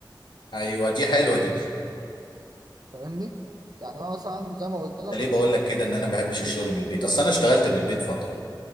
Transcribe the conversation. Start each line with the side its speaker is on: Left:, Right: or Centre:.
Left: ايوه دي حلوه دي
Right: فاهمني يعني انا مثلا زي ما قلت لك
Left: انا ليه بقول لك كده ان انا ما بحبش الشغل
Right: أوه.
Left: من البيت اصل انا اشتغلت من البيت فتره